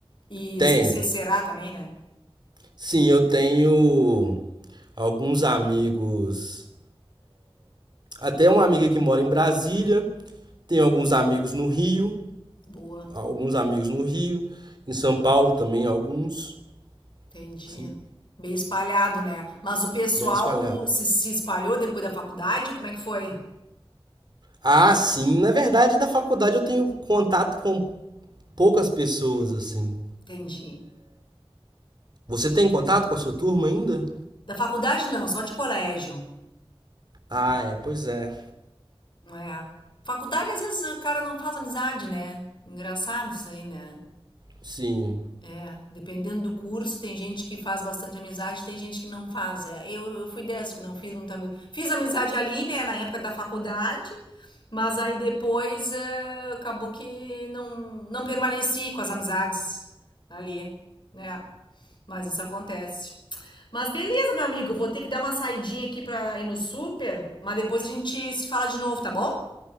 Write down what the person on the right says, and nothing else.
Tenho.
Sim, eu tenho alguns amigos. Até uma amiga que mora em Brasília. Tenho alguns amigos no Rio.
Alguns amigos no Rio. Em São Paulo também, alguns.
Sim,
bem espalhado.
Ah, sim. Na verdade, da faculdade eu tenho contato com poucas pessoas, assim.
Você tem contato com a sua turma ainda?
Ah, é, pois é.
Sim.